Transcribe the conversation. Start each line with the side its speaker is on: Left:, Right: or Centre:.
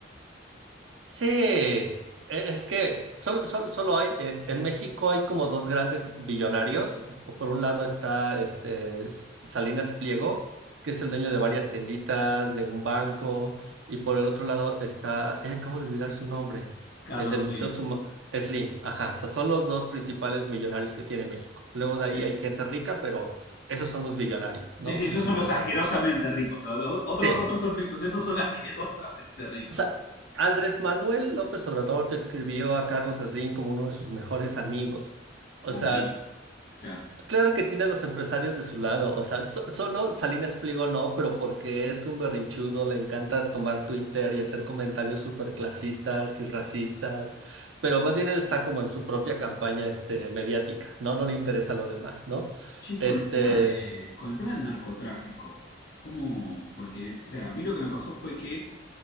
Right: Sí, e- es que solo, solo, solo hay, es- en México hay como dos grandes billonarios. O Por un lado está este S- Salinas Pliego, que es el dueño de varias tienditas, de un banco, y por el otro lado está, ay, acabo de olvidar su nombre,
Left: Carlos
Right: el del Museo
Left: Slim,
Right: Suma- Slim. Ajá, o sea, son los dos principales millonarios que tiene México. Luego de ahí
Left: sí.
Right: hay gente rica, pero esos son los billonarios, ¿no?
Left: Sí, sí, esos
Right: Los
Left: son
Right: importantes.
Left: los asquerosamente ricos. Lo- lo- otro-
Right: Sí.
Left: otros son ricos, esos son <laughs> asquerosamente ricos.
Right: O sea, Andrés Manuel López Obrador describió a Carlos Slim como uno de sus mejores amigos. O
Left: Ah,
Right: sea,
Left: buenísimo. Claro.
Right: claro que tiene a los empresarios de su lado. O sea, so- solo Salinas Pliego no, pero porque es un berrinchudo, le encanta tomar Twitter y hacer comentarios súper clasistas y racistas. Pero más bien él está como en su propia campaña este, mediática, ¿no? No le interesa lo demás, ¿no?
Left: Sí,
Right: Este.
Left: con el tema de, con el tema del narcotráfico, ¿cómo? Porque, o sea, a mí lo que me pasó fue que